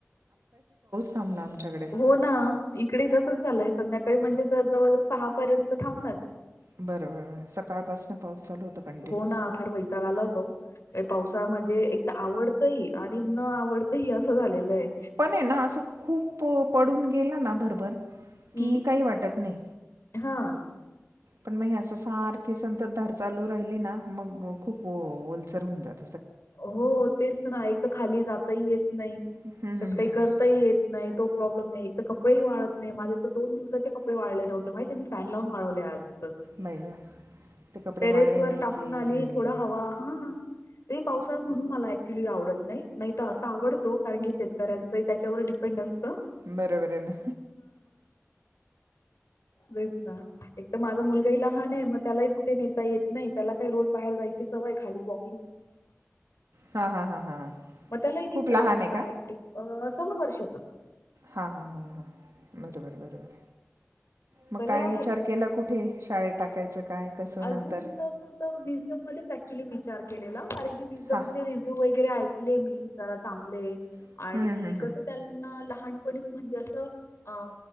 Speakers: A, on the right (about 80°); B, on the left (about 65°).
A: थांबला आमच्याकडे
B: हो ना इकडे तसच झालंय संध्याकाळी जवळ सहार्यंत थब
A: बरं बरं बरं सकाळपासनं पाऊस चालू होता कंटिन्यू
B: हो ना फार वैताग आला होत. पावसाळा म्हणजे एक तर आवडतही आणि न आवडतही असं झालेलं आहे.
A: पण आहे ना असं खूप पडून गेला ना भरभर. की
B: हम्म
A: काही वाटत नाही
B: हा
A: पण मग असं सारखी संतत धार चालू राहिली ना मग खूप ओलसर होऊन जात.
B: हो तेच ना एक तर खाली जाताही येत नाही त्यात
A: हम्म, हम्म,
B: काही
A: हम्म.
B: करताही येत नाही तो. प्रॉब्लेम आहे एक तर कपडेही वात नाही माझे तर दो दिवसाचे कपडे वाढले नव्हते माहिती मी फॅन लावून आज
A: बाई गं ते कपडे
B: टेरेस
A: वाळले
B: वर
A: नाही
B: टाकून
A: की
B: आली थोड हवा हा. त पावसाळा म्हणून मला ऍक्च्युली आवत नाही तर असं आवडत. तो कारण की शेतकऱ्यांचा त्याच्यावर डिपेंड असतं.
A: बरोबर आहे ना
B: ब एक माझा मुलगाही लहान आहे मग त्यालाही कुठे नेता येत नाही त्याला काही रोज बाहेर जायची सवय खाली म
A: हां हां हां हां
B: त्या निघ
A: खूप लहान
B: बाहे
A: आहे का
B: कु समवर्षाचा
A: हा हा हा हा बरोबर बरोबर मग
B: त आहेार
A: काय विचार केला
B: के कुठे
A: शाळेत
B: शा
A: टाकायचं
B: टाकाय
A: काय कसं
B: अजून
A: नंतर
B: तस विजम म क्चुली विचार केलेला कारण की विम
A: हां
B: चे रिव्हू वगैरे ऐकले म चांगले
A: हम्म,
B: आणि
A: हम्म, हम्म.
B: कस त्यांना लानपणी म्हणजे अस अ